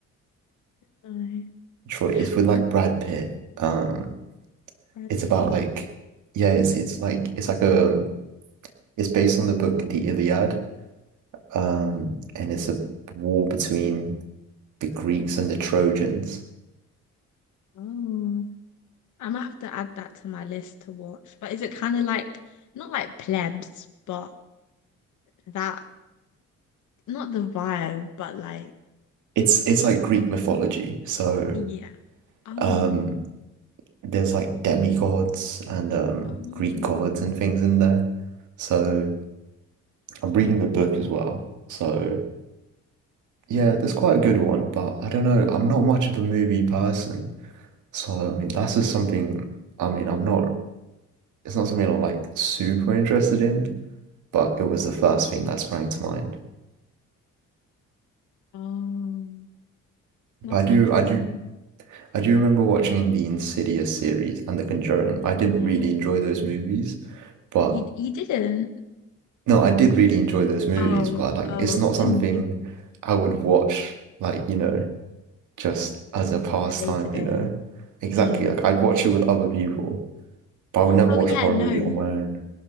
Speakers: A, on the left; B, on the right.
A: No,
B: Troy is with like
A: like
B: Brad Pitt. Um,
A: Brad
B: it's
A: Pitt.
B: about like yeah, it's it's like it's like a it's based on the book The Iliad. Um, and it's a war between the Greeks and the Trojans.
A: Oh, I might have to add that to my list to watch. But is it kind of like not like plebs, but that not the vibe, but like
B: It's it's like Greek mythology. So
A: Yeah. Oh.
B: um there's like demigods and um
A: Oh.
B: Greek gods and things in there. So I'm reading the book as well. So Yeah, that's quite a good one, but I don't know. I'm not much of a movie person. So, I mean, that's just something, I mean, I'm not, it's not something I'm like super interested in, but it was the first thing that sprang to mind.
A: Oh. That's
B: But I do,
A: interesting.
B: I do, I do remember watching the Insidious series and The Conjuring. I did
A: Yeah.
B: really enjoy those movies, but
A: You you didn't.
B: no, I did really enjoy those movies,
A: Oh,
B: but like,
A: oh,
B: it's not
A: <clears throat>
B: something
A: in
B: I would watch, like, you know, just as a pastime,
A: the day to day.
B: you know? Exactly.
A: Mm.
B: Like, I'd watch it with other people. But I would never
A: Oh
B: watch
A: yeah,
B: a horror
A: no.
B: movie on my own.